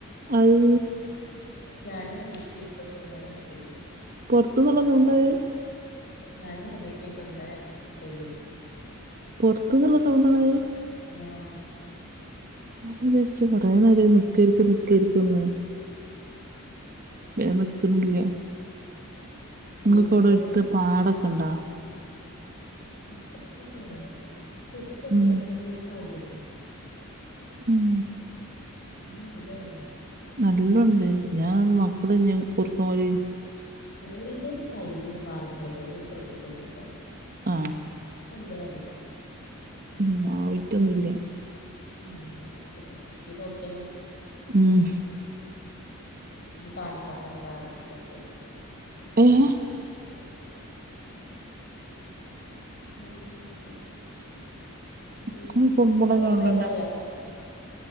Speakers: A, on the right; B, on the left.
A: അയ്
B: ഞാനും ആദ്യായിട്ട് കേക്ക ഇങ്ങന ഒച്ചെല്
A: പൊറത്തിന്നുള്ളൊരു സൗണ്ട അത്.
B: ഞാനും ആദ്യായിട്ട് കേക്കാ ഇന്നലെ <unintelligible>
A: പൊറത്തുന്നുള്ള സൗണ്ടാണത്.
B: ആഹ്
A: ഞാൻ വിചാരിച്ചു കൊറെ നേരായി നിക്കേരിക്കും നിക്കേരിക്കുന്ന്. ഞാൻ നിക്ക്ൺല്ല്യ. നിങ്ങക്ക്
B: ഇയ്യ് കേക്ക്ണില്ല
A: ഓടെടുത്ത് പാടൊക്കെ ഒണ്ടാ.
B: <unintelligible> <unintelligible>
A: ഉം ഉം
B: നല്ലിന്തുലേയം
A: നല്ലോണ്ട് ഞാൻ മക്കള് ഞാൻ കൊറിക്കുമ്പോഴ്
B: ടിന്റെം ടൈയിമ്പോന്നും കാണിക്കുനില ശ്രദ്ധിക്കൊണ്ടിരിക്ക
A: ആഹ്
B: എന്തേ അറിയില്ല
A: ഉ ആ വിറ്റൊന്നുല്ല.
B: ആഹ് ഇത് നോക്കിയാ മതി.
A: ഉം
B: കാണിക്കാത്തത് എന്താണാവോ ചിലപ്പംകി.
A: ഏഹ്
B: ഓൻച്ചി വേറെന്താ ഉം
A: ഇങ്ങള് ഫുട്ബോളൊക്കെ
B: മോന്
A: കാണല്ണ്ടോ
B: ഭേതായോ?